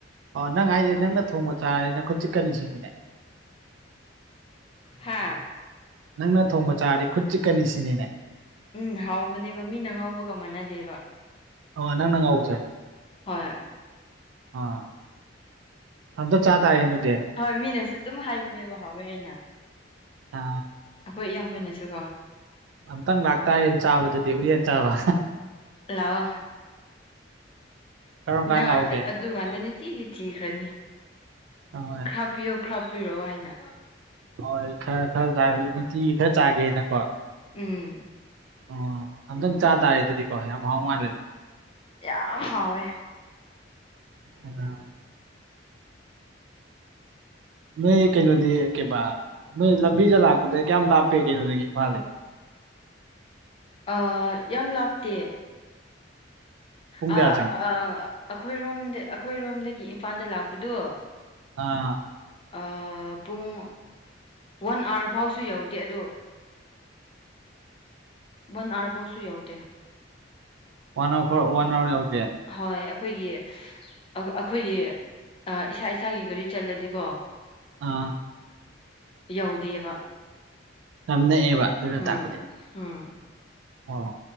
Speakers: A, on the right; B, on the left.
A: ꯑꯣ ꯅꯪ ꯍꯥꯏꯁꯦ ꯅꯪꯅ ꯊꯣꯡꯕ ꯆꯥꯔꯗꯤ ꯅꯈꯨꯠ ꯆꯤꯛꯀꯅꯤ ꯁꯤꯅꯤꯅꯦ
B: ꯍꯥ
A: ꯅꯪꯅ ꯊꯣꯡꯕ ꯆꯥꯔꯗꯤ ꯈꯨꯠ ꯆꯤꯛꯀꯅꯤ ꯁꯤꯅꯤꯅꯦ
B: ꯎꯝ ꯍꯥꯎꯕꯅꯦꯕ ꯃꯤꯅ ꯉꯧꯕꯒ ꯃꯥꯟꯅꯗꯦꯕ
A: ꯑꯣ ꯅꯪꯅ ꯉꯧꯕꯖꯦ
B: ꯍꯣꯏ
A: ꯑꯥ ꯑꯃꯨꯛꯇ ꯆꯥ ꯇꯥꯔꯦ ꯑꯗꯨꯗꯤ
B: ꯍꯣꯏ ꯃꯤꯅꯁꯨ ꯑꯗꯨꯝ ꯍꯥꯏꯕꯅꯦꯕ ꯍꯥꯎꯋꯦ ꯍꯥꯏꯅ ꯑꯩꯈꯣꯏ
A: ꯑ
B: ꯏꯌꯥꯝꯕꯅꯁꯨ ꯀꯣ
A: ꯑꯝꯇꯪ ꯂꯥꯛꯇꯥꯔꯌꯦꯟ ꯆꯥꯕꯗꯨꯗꯤ ꯎ ꯌꯦꯟ ꯆꯥꯕ
B: ꯂꯥꯑꯣ
A: ꯀꯔꯝ ꯀꯥꯟ
B: ꯅꯪ
A: ꯂꯥꯛꯎꯒꯦ
B: ꯑꯗꯨ ꯀꯥꯟꯗꯅꯤ ꯇꯤ ꯊꯤꯈꯔꯅꯤ
A: ꯍꯣꯏ
B: ꯍꯥꯞꯄꯤꯌꯣ ꯈ꯭ꯔ ꯄꯤꯔꯣ ꯍꯥꯏꯅ
A: ꯍꯣꯏ ꯈꯔ ꯈꯔ ꯆꯥꯕꯖꯦ ꯅꯨꯡꯇꯤꯒꯤ ꯈꯔ ꯆꯥꯒꯦꯅꯀꯣ
B: ꯎꯝ
A: ꯑꯣ ꯑꯝꯇꯪ ꯆꯥ ꯇꯥꯔꯦ ꯑꯗꯨꯗꯤ ꯀꯣ ꯌꯥꯝ ꯍꯥꯎ ꯃꯥꯜꯂꯦ
B: ꯌꯥꯝ ꯍꯥꯎꯋꯦ
A: <unintelligible> ꯅꯣꯏ ꯀꯩꯅꯣꯗꯤ ꯀꯩꯕꯥ ꯅꯣꯏ ꯂꯝꯕꯤꯗ ꯂꯥꯛꯄꯗ ꯀꯌꯥꯝ ꯂꯥꯞꯄꯦ ꯀꯩꯅꯣꯗꯒꯤ ꯏꯝꯐꯥꯜꯗꯒꯤ
B: ꯑꯥ ꯌꯥꯝ ꯂꯥꯞꯇꯦ
A: ꯄꯨꯡ
B: ꯑ-ꯑ
A: ꯀꯌꯥ ꯆꯪꯉꯤ
B: ꯑꯩꯈꯣꯏꯔꯣꯝꯗ ꯑꯩꯈꯣꯏꯔꯣꯝꯗꯒꯤ ꯏꯝꯐꯥꯜꯗ ꯂꯥꯛꯄꯗꯣ
A: ꯑꯥ
B: ꯑ ꯄꯨꯡ ꯋꯥꯟ ꯑꯋꯥꯔ ꯐꯥꯎꯁꯨ ꯌꯧꯗꯦ ꯑꯗꯣ ꯋꯥꯟ ꯑꯋꯥꯔ ꯐꯥꯎꯁꯨ ꯌꯥꯎꯗꯦ
A: ꯋꯥꯟꯑꯋꯥꯔ ꯐꯥꯎ ꯋꯥꯟ ꯑꯋꯥꯔ ꯌꯧꯗꯦ
B: ꯍꯣꯏ ꯑꯩꯈꯣꯏꯒꯤ ꯑꯩꯈꯣꯏꯒꯤ ꯏꯁꯥ ꯏꯁꯥꯒꯤ ꯒꯥꯔꯤ ꯆꯠꯂꯗꯤꯀꯣ
A: ꯑꯥ
B: ꯌꯧꯗꯦꯕ
A: ꯌꯥꯝ ꯅꯛꯑꯦꯕ ꯑꯗꯨꯅ
B: ꯎꯝ
A: ꯇꯥꯛꯄꯗꯤ
B: ꯎꯝ
A: ꯑꯣ